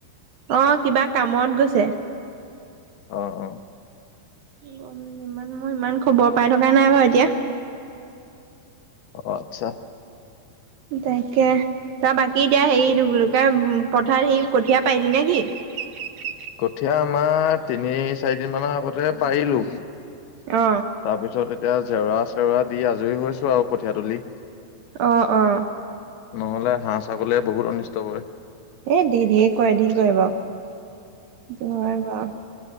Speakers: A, on the right; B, on the left.
A: অ' কিবা কামত গৈছে।
B: অ', অ',
A: গম ইমান মই ইমান খবৰ পাই থকা নাই বাৰু এতিয়া।
B: অ' আচ্ছা।
A: তাকে। তই বাকী এতিয়া হেৰিটো বোলো পথাৰ সেই কঠীয়া পাৰিলি নে কি?
B: কঠীয়া আমাৰ তিনি চাৰিদিন মানৰ আগতে পাৰিলো। তাৰপিছত
A: অ
B: এতিয়া। এতিয়া জেওৰা-চেওৰা দি আজৰি হৈছো আৰু কঠিয়া তুলি
A: অ', অ',
B: নহলে হাঁহ ছাগলীয়ে বহুত অনিষ্ট কৰে।
A: এই দি ধঢেৰ কৰে ধেৰ কৰে বাৰু বাৰ <unintelligible>